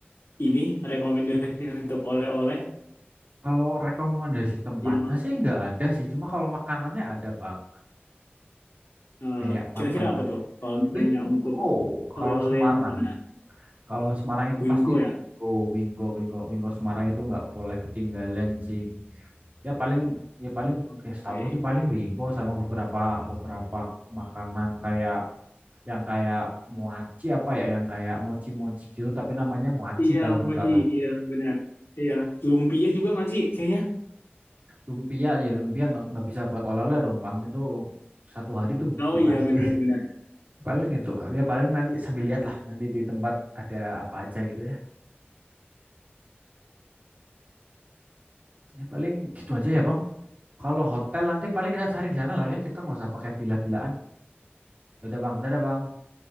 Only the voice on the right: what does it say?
Kalau rekomendasi tempatnya
sih nggak ada sih. Cuma kalau makanannya ada, Bang.
Kayak makanan
Wingko
kalau
Semarang.
Kalau Semarang itu
pasti Wingko,
Wingko, Wingko, Wingko Semarang itu nggak boleh ketinggalan sih. ya paling ya paling
ya setahu sih paling Wingo sama beberapa beberapa makanan kayak yang kayak moaci apa ya yang kayak mochi-mochi gitu tapi namanya moaci
kalau nggak
salah
lumpia ya lumpia nggak nggak bisa buat oleh-oleh dong bang itu satu hari tuh
udah
pasti
<laughs>
paling itu ya paling nanti sambil lihat lah nanti di tempat ada apa aja gitu ya ya paling gitu aja ya bang kalau hotel nanti paling kita cari di sana lah ya kita nggak usah pakai villa-villaan ya udah bang dadah bang